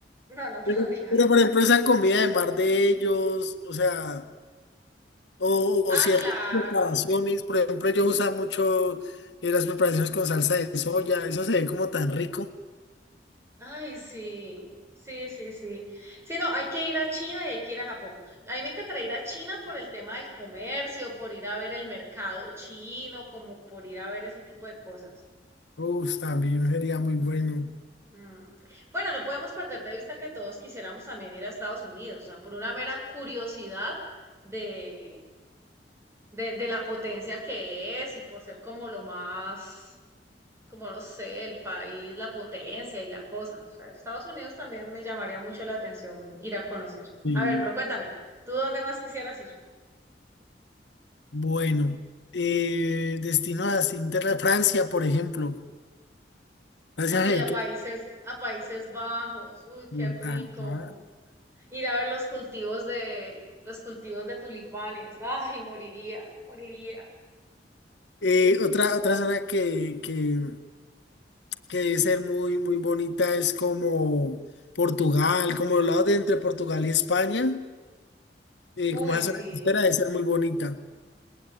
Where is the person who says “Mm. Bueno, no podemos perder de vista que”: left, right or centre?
Right